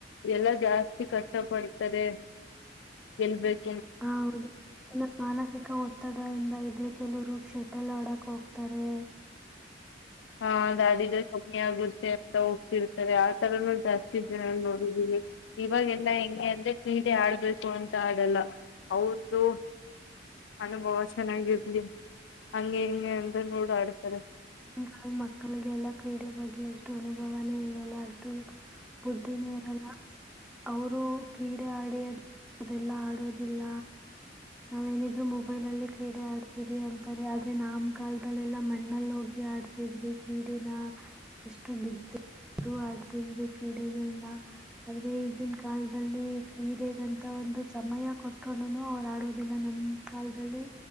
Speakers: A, on the left; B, in the centre.
A: ಎಲ್ಲಾ ಜಾಸ್ತಿ ಕಷ್ಟ ಪಡ್ತಾರೆ ಗೆಲ್ಬೇಕ್
B: ಹ ಹೌದು <unintelligible> ಮಾನಸಿಕ ಒತ್ತಡ ಇಂದ ಇ ಆದ್ರೆ ಕೆಲವರು ಶೆಟ್ಟಲ್ ಆಡಕ್ ಹೋಗ್ತಾರೆ
A: ಹಾ ಅದ್ ಆಡಿದ್ರೆ ಕಮ್ಮಿ ಆಗುತ್ ತೆ ಅಂತ ಹೋಗ್ತಿರ್ತಾರೆ ಆತರೇ ಜಾಸ್ತಿ ಜನ ನೋಡಿದೀವಿ ಇವಾಗೆಲ್ಲ ಹೆಂಗೆ ಅಂದ್ರೆ ಕೀಡೆ ಆಡ್ಬೇಕು ಅಂತ ಆಡಲ್ಲ ಅವ್ರ್ದು ಅನುಭವ ಚೆನ್ನಾಗಿರ್ಲಿ ಹಂಗೆ ಹಿಂಗೆ ಅಂದ್ರೆ <unintelligible> ನೋಡು ಆಡ್ತಾರೆ
B: ಈಗ ಮಕ್ಕಳಿಗೆಲ್ಲಾ ಕ್ರೀಡೆ ಬಗ್ಗೆ ಅಷ್ಟು ಅನುಭವ ನೇ ಇರಲ್ಲ ಅಷ್ಟು ಬುದ್ಧಿನೇ ಇರಲ್ಲ ಅವರು ಕ್ರೀಡೆ ಆಡಿ ಅದೆಲ್ಲಾ ಆಡೋದಿಲ್ಲ ನಾವ್ಏನಿದ್ರು ಮೊಬೈಲ್ ಅಲ್ಲಿ ಕ್ರೀಡೆ ಆಡ್ತೀರಿ ಅಂತಾರೆ ಆದ್ರೆ ನಾಮ್ ಕಾಲದಲ್ಲೆಲ್ಲಾ ಮಣ್ಣಲ್ಲಿ ಹೋಗಿ ಆಡ್ತಿದ್ರಿ ಕ್ರೀಡೆನ ಎಷ್ಟು ಬಿದ್ದು ಆಡ್ತಿದ್ರಿ ಕ್ರೀಡೆಗಳನ್ನ ಆದ್ರೆ ಈಗ್ ಈಗಿನ ಕಾಲ್ದಲ್ಲಿ <unintelligible> ಕ್ರೀಡೆದಂತ ಒಂದು ಸಮಯ ಕೊಟ್ರುನುನೂ ಅವ್ರ್ ಆಡೋದ್ ದಿಲ್ಲ ನಮ್ ಕಾಲದಲ್ಲಿ